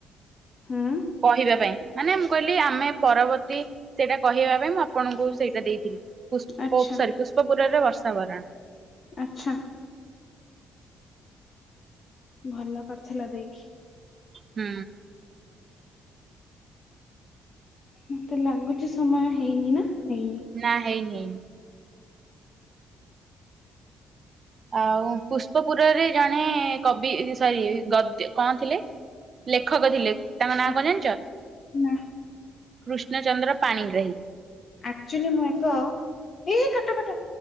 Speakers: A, on the left (about 45°); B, on the right (about 45°).
A: ହୁଁ।
B: କହିବା ପାଇଁ ମାନେ ମୁଁ କହିଲି ଆମେ ପରବର୍ତ୍ତୀ ସେଇଟା କହିବା ପାଇଁ ମୁଁ ଆପଣଙ୍କୁ ସେଇଟା ଦେଇଥିଲି। ପୁଷ୍ପ
A: ଆଚ୍ଛା
B: ସରି ପୁଷ୍ପପୁରରେ ବର୍ଷା ବରାଣ
A: ଆଛା ଭଲ କରିଥିଲ ଦେଇକି।
B: ହୁଁ।
A: ମତେ ଲାଗୁଚି ସମୟ ହେଇନି ନା? ହେଇନି
B: ନା ହେଇନି। ଆଉ ପୁଷ୍ପପୁରରେ ଜଣେ କବି ସରି ଗଦ୍ୟ କଣ ଥିଲେ? ଲେଖକ ଥିଲେ ତାଙ୍କ ନାଁ
A: ଆ
B: କଣ ଜାଣିଚ?
A: ନା
B: କୃଷ୍ଣଚନ୍ଦ୍ର ପାଣିଗ୍ରାହୀ।
A: ଆକ୍ଚୁଆଲି ମୁଁ ଏକ ଏଇ କାଟ କାଟ।